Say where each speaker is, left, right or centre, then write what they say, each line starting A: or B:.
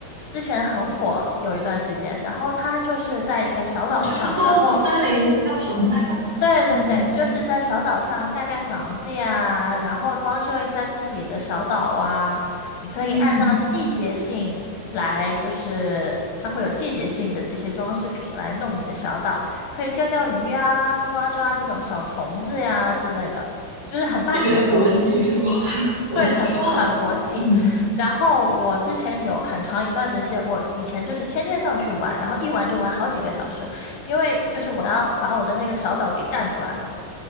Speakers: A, on the left; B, on the right.
A: 之前很火有一段时间，然后它就是在一个小岛上，
B: 哦，这是动物森林，
A: 然后
B: 那叫什么来着？
A: 对对对，
B: 嗯
A: 就是在小岛上盖盖房子呀，然后装修一下自己的小岛啊。你可以按照季节性来，
B: 嗯，
A: 就是它会有季节性的这些装饰品来弄你的小岛，可以钓钓鱼呀，抓抓这种小虫子呀之类的，就是很慢节奏，
B: 特别佛系是吧？<laughs> 我听说了。
A: 对，很很佛系。
B: 嗯，
A: 然后我之前有很长一段时间，我以前就是天天上去玩，然后一玩就玩好几个小时，因为就是我要把我的那个小岛给干出来嘛。